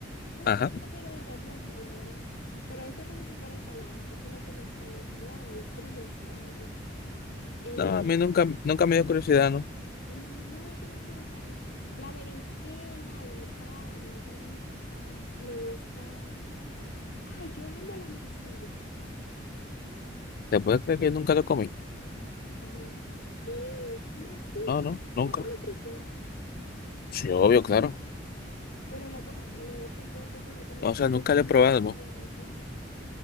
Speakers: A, on the left; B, on the left.
A: Bueno,
B: Ajá.
A: tú no te pierdes de mucho, la verdad. Pero eso es como si fuera ensalada. Tú te lo comes en ensalada y frío, sabe muy rico. Eh,
B: No, a mí nunca, nunca me dio curiosidad, ¿no?
A: Mm, No, es que no se ve tan... La berenjena guisada me gusta, me gusta... Ay, yo amo la morcilla.
B: ¿Te puedes creer que nunca lo comí?
A: Me... en- ¿Qué? Morcilla.
B: No, no,
A: ¿Tú
B: nunca.
A: no comes fritura?
B: Sí, obvio, claro.
A: Pero no comes... No, pues entonces tú no comes
B: O
A: fritura
B: sea, nunca
A: si
B: lo he probado,
A: tú no comes
B: ¿no?
A: morcilla.